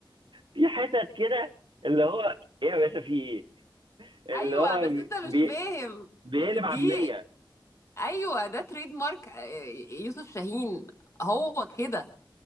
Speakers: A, on the right; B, on the left.
A: في حتت كده اللي هو ايه يا باشا في ايه
B: ايوه
A: اللي هو
B: بس انت مش
A: بي...
B: فاهم
A: بيقلب
B: دي
A: عاميه
B: ايوه ده تريد مارك آه، يوسف شاهين هو كده